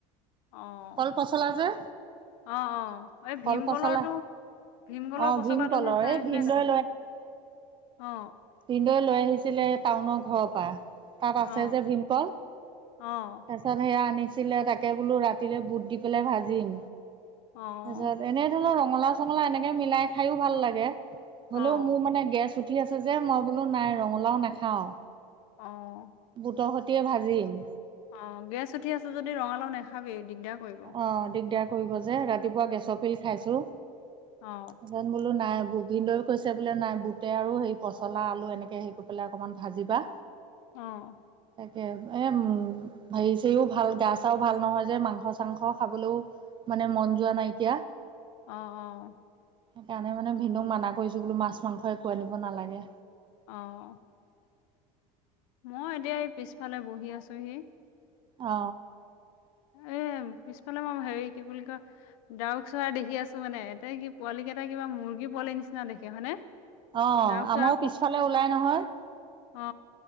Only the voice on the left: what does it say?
অ',
অ অ এই
ভীমকলৰোটো
ভীমকলৰ
পচলাটোহে
খাই
আছিলাই
দেখোন, অ
অ',
অ',
অ',
অ',
অ,
অ গেছ উঠি আছে যদি ৰঙালাও নাখাবি দিগদাৰ কৰিব।
অ,
অ',
অ, অ,
অ, মই এতিয়া এই পিছফালে বহি আছোহি।
এ পিছফালে মই হেৰি কি বুলি কয়? ডাউক চৰাই দেখি আছো মানে এতিয়া কি পোৱালি কেইটা কিবা মুৰ্গী পোৱালি নিচিনা দেখে হয়নে?
ডাউক চৰাই
অ